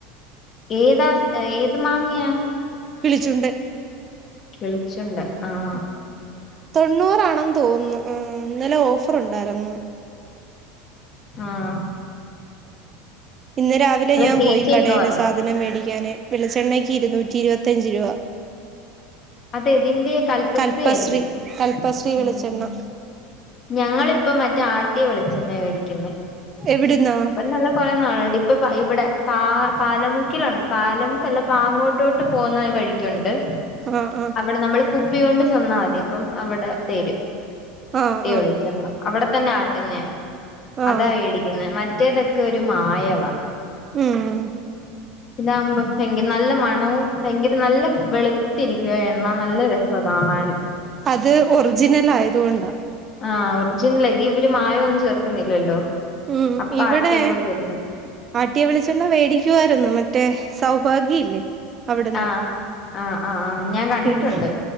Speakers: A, on the left; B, on the right.
A: ഏതാ ഏത് മാങ്ങയാ
B: വിളിച്ചുണ്ട്
A: കളിച്ചുണ്ട് ആഹ
B: തൊണ്ണൂറാണെന്ന് തോന്നുന്നു ആ ഇന്നല ഓഫർ ഉണ്ടായിരുന്നു
A: ആഹ
B: ഇന്ന് രാവിലെ ഞാൻ
A: ചേച്ചിയൊക്കെ
B: പോയി കടൽ
A: വന്നു
B: സാധനം മേടിക്കാ വെളിച്ചെണ്ണയ്ക്ക് ഇരുന്നൂറ്റി ഇരുപത്തയഞ്ച രൂപ
A: അതെ ഇതിന്റെറെ കൽപശത്രീ
B: കൽപ്പശ്രീ
A: ആയിരിക്കും
B: കൽപ്പശ്രീ വെളിച്ചെണ്ണ
A: ഉ ഞങ്ങളിപ്പ മറ്റേ ആട്ടിയെ വിളിച്ചെ വേി ഇപ്പ
B: എവിടുന്നാ
A: നല്ല കൊറ നാളുണ്ട് ഇപ്പൊ ഇവിടെ പാ പാലമുക്കിലുണ്ട് പാലമുക്കല്ല പാങ്ങോട്ടോട്ട് പോന്ന വഴിക്ക് ണ്ട്
B: ആഹ് ആഹ്
A: അവിടെ നമ്മൾ കു കുപ്പി കൊണ്ട് ചെന്നാൽ മതി അപ്പം അവിടെ തരും
B: ആഹ
A: വിളിച്ച അവിടെ തന്നെ ആട്ടന്നെയ
B: ആഹ്
A: അതാ മേടിക്കുന്നത് മ മറ്റേതൊക്കെ ഒരു മായവ
B: ഉം ഉം
A: ഇതാകുമ്പോ ഭയങ്കര നല്ല മണവും ഭയങ്കര നല്ല വെളുത്തിരിക്കുവ എണ്ണ നല്ല രസം കാണാന്
B: അത് ഒറിജിനൽ ആയതുകൊണ്ടാ
A: ആ ഒറിജിനലാ ഇത് ഇവര് മായമോന്നും ചേർക്കുന്നില്ലല്ലോ
B: ഉം
A: അപ്പ
B: ഇവിടെ
A: ആട്ടി അങ്ങോട്ട് തരുന്നു
B: ആട്ടിയവെളിച്ചെണ്ണ വേടിക്കുവായിരുന്നു മ മറ്റേ സൗഭാഗ്യ ഇല്ലേ അവിടുന്ന്
A: ആഹ് ആഹ് ആഹ് ആഹ് ഞാൻ കണ്ടിട്ടുണ്ട്
B: പിന്നെ